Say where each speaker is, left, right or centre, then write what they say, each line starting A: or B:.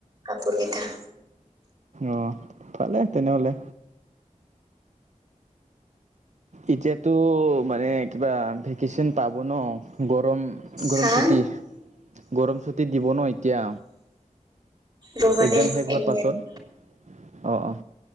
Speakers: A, on the right; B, on the right.
A: কাপোৰকেইটা।
B: অ ভালে তেনেহ'লে। এতিয়াতো মানে কিবা ভেকেচন পাব ন গৰম। গৰম
A: হা
B: চুটি, গৰম চুটি দিব ন এতিয়া।
A: ৰ'বা
B: এক্সাম
A: দেই
B: শেষ হোৱাৰ
A: এক
B: পাছত।
A: মিনিট
B: অ'অ'।